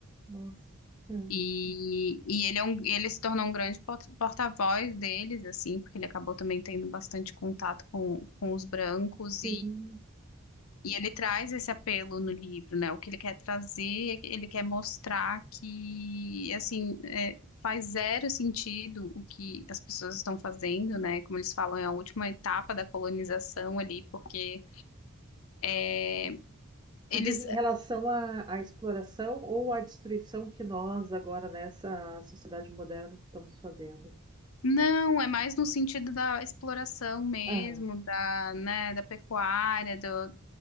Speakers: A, on the right; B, on the left.
A: Nossa. hum,
B: E, e ele, é um, ele se tornou um grande por- porta-voz deles, assim, porque ele acabou também tendo bastante contato com, com os brancos
A: Sim.
B: e ele traz esse apelo no livro, né? O que ele quer trazer, é que ele quer mostrar que, assim, é, faz zero sentido o que as pessoas estão fazendo, né? Como eles falam, é a última etapa da colonização ali, porque é,
A: Tu
B: eles
A: diz em relação à, à exploração ou à destruição que nós agora nessa sociedade moderna estamos fazendo?
B: não, é mais no sentido da exploração mesmo,
A: Aham,
B: da, né, da pecuária, do,